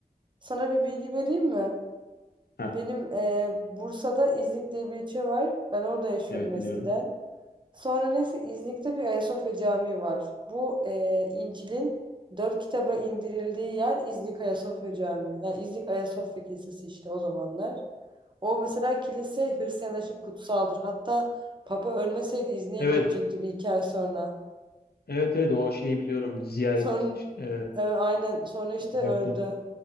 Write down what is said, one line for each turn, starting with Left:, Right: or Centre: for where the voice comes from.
Right: Sana bir bilgi vereyim mi?
Left: Heh,
Right: Benim e, Bursa'da İznik diye bir ilçe var. Ben orada yaşıyordum
Left: evet
Right: eskiden.
Left: biliyorum.
Right: Sonra neyse İznik'te bir Ayasofya Camii var. Bu e, İncil'in dört kitaba indirildiği yer İznik Ayasofya Camii. Yani İznik Ayasofya Kilisesi işte o zamanlar. O mesela kilise Hristiyanlar için kutsaldır. Hatta Papa ölmeseydi İznik'e
Left: Evet.
Right: gelecekti bir iki ay sonra.
Left: Evet evet o şeyi biliyorum. Ziyaret
Right: Sonra
Left: e,
Right: evet, aynen sonra işte
Left: olacaktı.
Right: öldü.